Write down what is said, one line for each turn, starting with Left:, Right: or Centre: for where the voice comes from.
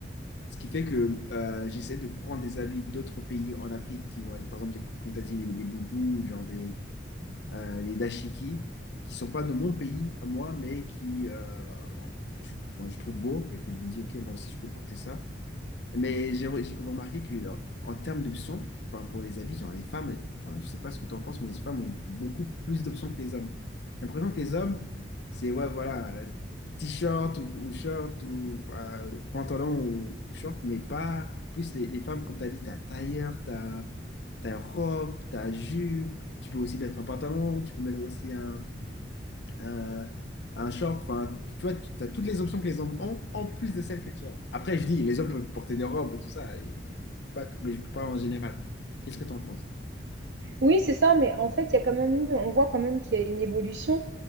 Left: Ce qui fait que euh, j'essaie de prendre des habits d'autres pays en Afrique, qui, vont être- par exemple, les- comme tu as dit, les, les boubous, genre des euh, les dashiki, qui sont pas de mon pays à moi, mais qui euh, je, enfin, je trouve beau et que je me dis, ok, moi aussi je peux porter ça. Mais j'ai j'ai remarqué que genre, en termes d'options, enfin, pour les habits, genre les femmes, enfin, je sais pas ce que tu en penses, mais les femmes ont beaucoup plus d'options que les hommes. J'ai l'impression que les hommes, c'est ouais, voilà, euh, t-shirt ou, ou short ou euh, pantalon ou, ou short, mais pas plus les, les femmes, comme tu as dit, tu as tailleur, tu as ta robe, ta jupe, tu peux aussi mettre un pantalon, tu peux mettre aussi un, un, un short, enfin, tu vois, tu as toutes les options que les hommes ont, en plus de celles que tu as. Après, je dis, les hommes peuvent porter des robes et tout ça, et- pas, mais je parle en général. Qu'est-ce que tu en penses?
Right: oui, c'est ça. Mais en fait, il y a quand même eu, on voit quand même qu'il y a une évolution.